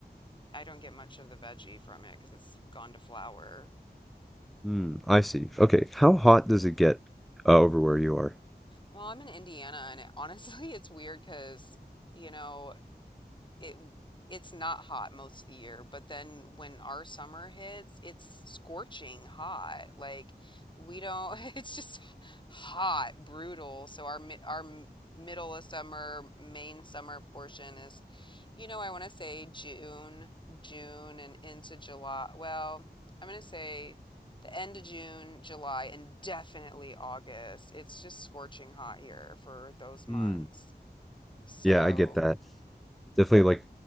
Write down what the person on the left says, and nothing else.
I don't get much of the veggie from it because it's gone to flower.
Well, I'm in Indiana, and it, honestly, <laughs> it's weird because, you know, it it's not hot most of the year, but then when our summer hits, it's scorching hot. Like we don't <laughs> it's just hot, brutal. So our mi- our m- middle of summer, main summer portion is, you know, I want to say June, June and into July. Well, I'm going to say the end of June, July, and definitely August. It's just scorching hot here for those months.
So